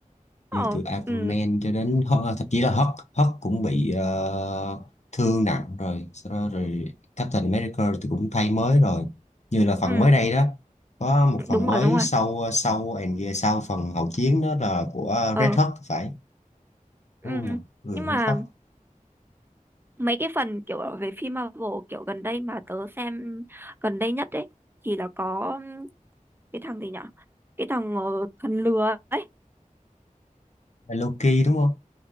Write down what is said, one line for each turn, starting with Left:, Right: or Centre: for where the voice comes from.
Right: ờ,
Left: như từ Iron
Right: ừ
Left: Man cho đến Hu- thậm chí là Hulk Hulk cũng bị ờ, thương nặng rồi sau đó rồi Captain America thì cũng thay mới rồi như là phần
Right: ừ
Left: mới đây đó có một phần
Right: đúng
Left: mới
Right: rồi đúng rồi
Left: sau ờ, sau and yeah, sau phần hậu chiến đó là của ờ,
Right: ờ
Left: Red Hulk thì phải
Right: ừ
Left: đúng không nhỉ ừ
Right: nhưng mà
Left: Red Hulk
Right: mấy cái phần kiểu về phim Marvel kiểu gần đây mà tớ xem gần đây nhất ấy thì là có um, cái thằng gì nhở cái thằng ờ, thần lừa ấy
Left: Là Loki đúng không